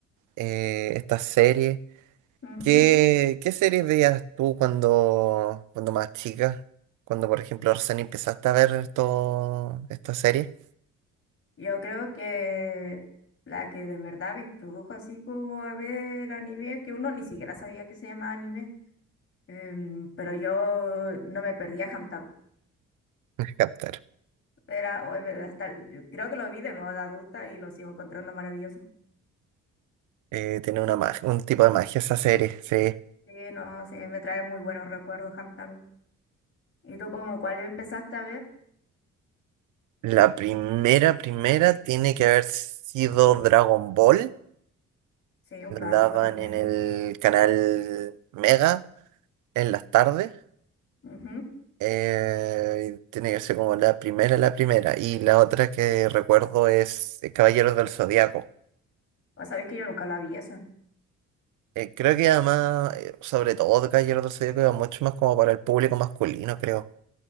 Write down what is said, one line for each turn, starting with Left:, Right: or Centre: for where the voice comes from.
Right: eh, estas series.
Left: ujú.
Right: ¿Qué, qué series veías tú cuando, cuando más chica? Cuando, por ejemplo, recién empezaste a ver esto, esta serie.
Left: Yo creo que la que de verdad me introdujo así como a ver anime, que uno ni siquiera sabía que se llamaba anime, em, pero yo no me perdía Hamtaro.
Right: <laughs> Captar.
Left: Era, o- eh, hasta, el- yo creo que lo vi de nuevo de adulta y lo sigo encontrando maravilloso.
Right: Eh, tiene una mag- un tipo de magia esa serie, sí.
Left: Sí, no, sí, me trae muy buenos recuerdos Hamtaro. ¿Y tú como cuál empezaste a ver?
Right: La primera, primera tiene que haber sido Dragon Ball.
Left: Sí, un
Right: La
Left: clásico
Right: daban
Left: también.
Right: en el canal Mega en las tardes.
Left: Ujú.
Right: Eh, tiene que ser como la primera, la primera. Y la otra que recuerdo es eh, Caballeros del Zodiaco.
Left: O sabes que yo nunca la vi esa.
Right: Eh, creo que además, eh, sobre todo de Caballeros del Zodiaco, iba mucho más como para el público masculino, creo.